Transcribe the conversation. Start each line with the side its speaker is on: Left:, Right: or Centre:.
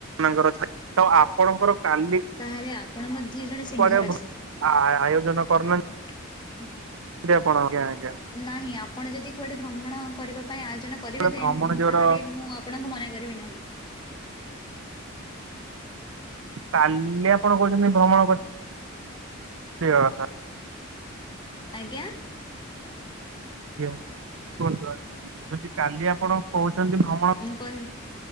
Right: ଙ୍କର ଥାଏ। ତ ଆପଣଙ୍କର କାଲି
Left: ତାହେଲେ ଆପଣ ମଧ୍ୟ ଜଣେ ସିଂଘ
Right: କୁଆଡେ
Left: ରାଶି।
Right: ଆ ଆୟୋଜନ କରୁନାହାନ୍ତି।
Left: <inaudible>
Right: <unintelligible>
Left: ନାହିଁ, ଆପଣ ଯଦି କୁଆଡେ ଭ୍ରମଣ କରିବା ପାଇଁ ଆୟୋଜନ କରିବେ
Right: ଗୋଟେ
Left: ଦେନ୍
Right: ଭ୍ରମଣ ଯୋର
Left: ତାହେଲେ ମୁଁ ଆ ଆପଣଙ୍କୁ ମନା କରିବେ ନାହିଁ।
Right: କାଲି ଆପଣ କହୁଛନ୍ତି ଭ୍ରମଣ କରି। <unintelligible>
Left: ଆଜ୍ଞା?
Right: ଆଜ୍ଞା କୁହନ୍ତୁ ଆଜ୍ଞା। ମୁଁ କହିଲି କାଲି ଆପଣ କହୁଛନ୍ତି ଭ୍ରମଣ
Left: ମୁଁ କହି